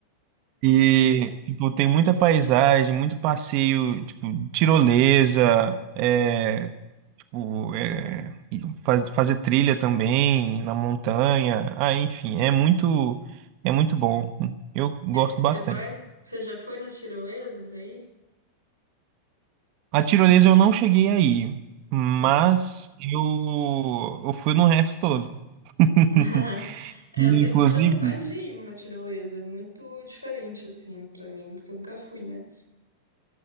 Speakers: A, on the right; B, on the right.
A: E tipo, tem muita paisagem, muito passeio, tipo, tirolesa, é, tipo, é, e faz- fazer trilha também na montanha. Ah, enfim, é muito é muito bom. Eu gosto
B: Você
A: bastante.
B: <laughs> vai? Você já foi nas tirolesas aí?
A: A tirolesa eu não cheguei aí, mas
B: Aham.
A: eu, eu fui no resto todo. <laughs>
B: <laughs> É,
A: Inclusive,
B: eu tenho muita vontade de ir numa tirolesa. É muito diferente, assim, pra mim, porque eu nunca fui, né?